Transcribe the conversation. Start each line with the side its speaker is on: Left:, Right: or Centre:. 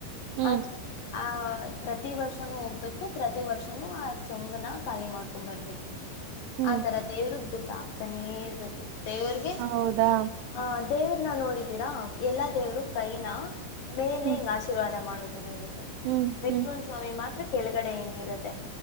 Right: ಹ್ಮ್ ಹ್ಮ್
Left: ಅದ ಆ ಪ್ರತಿ ವರ್ಷನೂ ಹೋಗ್ಬೇಕು ಪ್ರತಿ ವರ್ಷವೂ ಆ ಚೊಂಬನ ಖಾಲಿ ಮಾ ಬರ್ಬೇಕು
Right: ಹ್ಮ್
Left: ಆತರ ದೇವ್ರಗ ದುಡ್ಡು ಆಗ್ತಾನೇ ಇರ್ಬೇಕು. ದೇವ್ರಗೆ
Right: ಹೌದಾ
Left: ಹಾ ದೇವ್ರನ್ನ ನೋಡಿದೀರಾ ಎಲ್ಲಾ ದೇವರು ಕೈನ ಮೇಲೆ
Right: ಹ್ಮ್
Left: ಹಿಂಗ ಆಶೀರ್ವಾದ ಮಾಡು ತರ ಇರುತ್ತೆ
Right: ಹ್ಮ್
Left: ಮೆಟ್ರೋನ್
Right: ಹ್ಮ್
Left: ಸ್ವಾಮಿ ಮಾತ್ರ ಕೆಳಗಡೆ ಹಿಂಗಿರುತ್ತೆ.